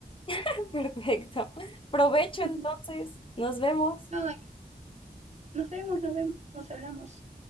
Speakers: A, on the left; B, on the right.
A: <laughs> Perfecto. Provecho
B: Ujú.
A: entonces. Nos vemos.
B: Ay, nos vemos, nos vemos, hablamos.